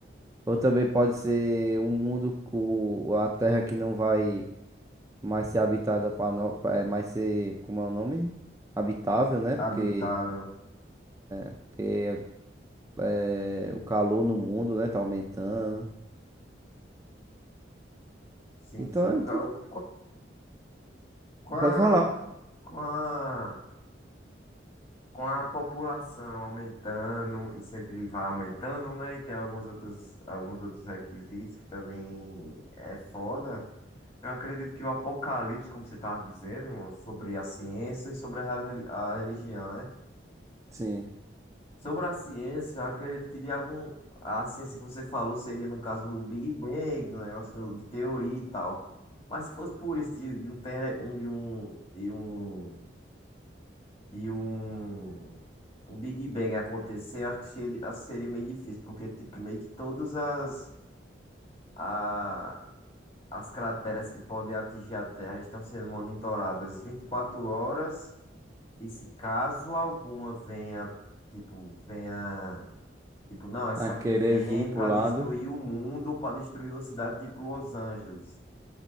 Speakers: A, on the right; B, on the left.
A: Ou também pode ser um mundo, com a Terra que não vai. mais ser habitada para no... pra- é, mais ser, como é o nome? Habitável, né? Porque,
B: Habitável.
A: porque é, o calor no mundo, né, tá aumentando.
B: Sim,
A: Então
B: sim.
A: é
B: O ca-
A: tudo.
B: o- Com a,
A: Pode falar.
B: com a, com a, com a população aumentando e sempre vai aumentando, né? E tem alguns outros, alguns outros requisitos que também é foda. Eu acredito que o apocalipse, como você estava dizendo, sobre a ciência e sobre a, reli- a religião, né?
A: Sim.
B: Sobre a ciência, eu acredito que de algum. A ciência que você falou seria, no caso, o Big Bang, o negócio de teoria e tal. Mas se fosse por isso, de, de um, tele- um, de um, de um, de um, um Big Bang acontecer, eu acho que seria, seria meio difícil, porque, tipo, meio que todas as, a, as crateras que podem atingir a Terra estão sendo monitoradas 24 horas, e se caso alguma venha, tipo, venha. Tipo, não, essa
A: A
B: aqui
A: querer
B: vem
A: vir pro
B: pra
A: lado.
B: destruir o mundo, ou pra destruir uma cidade tipo Los Angeles.